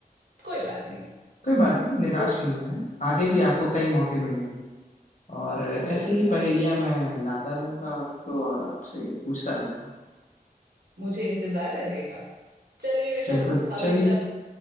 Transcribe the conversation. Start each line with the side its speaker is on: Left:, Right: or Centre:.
Right: कोई बात नहीं
Left: कोई बात नहीं निराश
Right: हो
Left: नहीं होना है आगे भी आपको कई मौके मिलेंगे और ऐसे
Right: हो सकता
Left: ही पहेलियां
Right: है
Left: मैं लाता रहूंगा आपको और आपसे पूछता रहूंगा
Right: मुझे इंतजार रहेगा चलिए ऋषभ
Left: बिल्कुल
Right: हमेशा
Left: चलिए